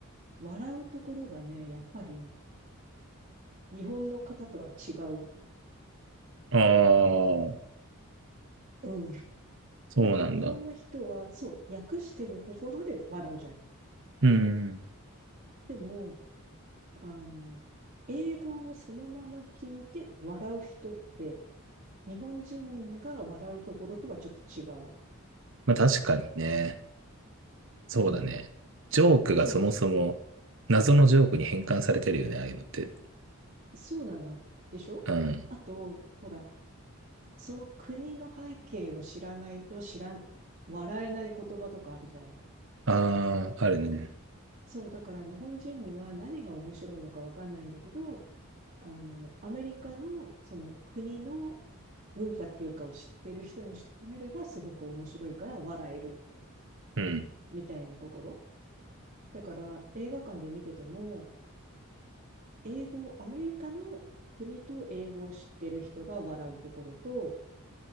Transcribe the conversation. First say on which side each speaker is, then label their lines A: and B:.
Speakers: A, on the right; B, on the right.
A: 笑うところがね、やっぱり日本の方とは違う。
B: うん。ああ、
A: うん
B: そうなんだ。
A: なんか日本の人は、そう、訳してるところで笑うじゃん。
B: うん。
A: でも、あの、英語をそのまま聞いて笑う人って、日本人が笑うところとはちょっと違う。
B: まあ確かにね。そうだね。
A: うん。
B: ジョークがそもそも謎のジョークに変換されてるよね、
A: そう、
B: ああいうのって。
A: そうなの。でしょあと、
B: うん。
A: ほら、その国の背景を知らないと知らん、笑えない言葉とかあるじゃない。
B: ああ、あるね。
A: そう、だから日本人には何が面白いのかわかんないんだけど、あの、アメリカのその国の文化っていうかを知ってる人にしてみればすごく面白いから笑える
B: うん。
A: みたいなところ。だから映画館で見てても、英語、アメリカの国と英語を知ってる人が笑うところと、